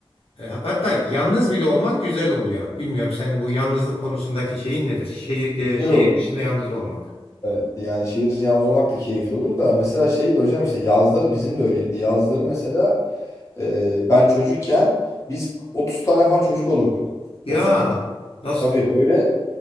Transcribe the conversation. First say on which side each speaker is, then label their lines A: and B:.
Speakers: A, on the left (about 70°); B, on the left (about 30°).
A: e, hatta yalnız bile olmak güzel oluyor. Bilmiyorum senin bu yalnızlık konusundaki şeyin nedir? Şehirde
B: Güzel
A: şehir
B: olur.
A: dışında yalnız olmak.
B: Evet, yani şehir içi yalnız olmak da keyifli olur da. Mesela şeydi hocam işte yazları bizim de öyleydi. Yazları mesela e, ben çocukken biz 30 tane falan çocuk olurduk.
A: Ya
B: 30-40
A: Nasıl?
B: Tabii böyle